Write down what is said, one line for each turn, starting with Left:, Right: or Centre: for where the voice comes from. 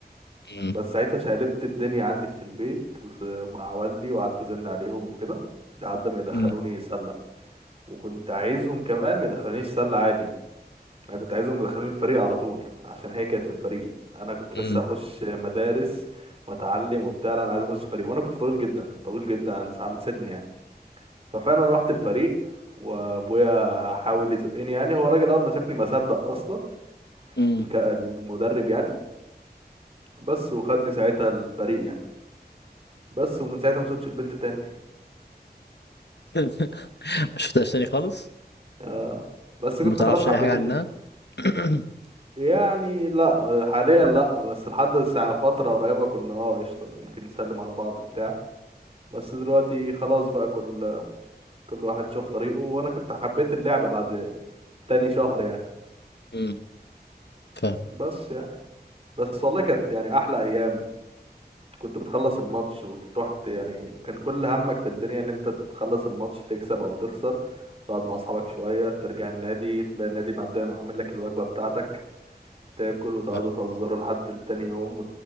Left: إمم،
Right: بس ساعتها شقلبت الدنيا عندي في البيت وس- مع والدي وقعدت ازن عليهم وكده لحد ما يدخلوني
Left: إمم.
Right: سلة وكنت عايزهم كمان ما يدخلونيش سلة عادي انا كنت عايزهم يدخلوني الفريق على طول عشان هي كانت في الفريق انا كنت لسه
Left: إمم،
Right: اخش مدارس واتعلم وبتاع لا، انا عايز اخش فريق وانا كنت طويل جدا طويل جدا عن ساعة سني يعني. ففعلا رحت الفريق وابويا حاول يزقني يعني هو الراجل اول ما شافني ما صدق اصلا
Left: إمم،
Right: الك- المدرب يعني بس وخدني ساعتها الفريق يعني بس ومن ساعتها ما شفتش البنت تاني
Left: <laughs> ما شُفتهاش تاني خالص؟
Right: اه بس كنت
Left: ما تعرفش
Right: خلاص حبيت
Left: أي حاجة عنها؟
Right: ال...
Left: <clears throat>
Right: يعني لا حاليا لا بس لحد ساعة فترة قريبة كنا اه قشطة ممكن نسلم على بعض بتاع بس دلوقتي خلاص بقى كل كل واحد شاف طريقه وانا كنت حبيت اللعبة بعد تاني شهر يعني
Left: إمم، فاهمك
Right: بس يعني بس والله كانت يعني احلى ايام كنت بتخلص الماتش وتروح ت- يعني كان كل همك في الدنيا ان انت تخلص الماتش تكسب او تخسر تقعد مع اصحابك شوية ترجع النادي تلاقي النادي مقدم عامل لك الوجبة بتاعتك تاكل وتقعدوا
Left: صح،
Right: تهزروا لحد تاني يوم